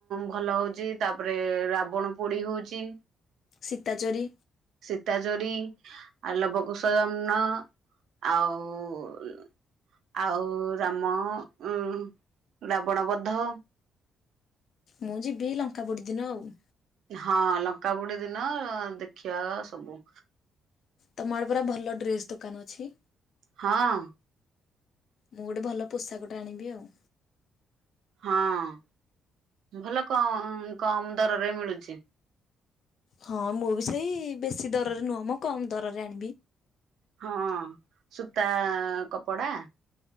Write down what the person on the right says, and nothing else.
ଭଲ ହଉଛି ତାପରେ ରାବଣ ପୋଡି ହଉଛି।
ସୀତାଚୋରି ଆ ଲବକୁଶ ଜନ୍ମ। ଆଉ ଆଉ ରାମ ଉ ରାବଣ ବଧ।
ହଁ ଲଙ୍କା ପୁଡି ଦିନ ଦେଖିବା ସବୁ
ହଁ
ହଁ ଭଲ କ କମ ଦରରେ ମିଳୁଛି।
ହଁ ସୂତା କପଡା।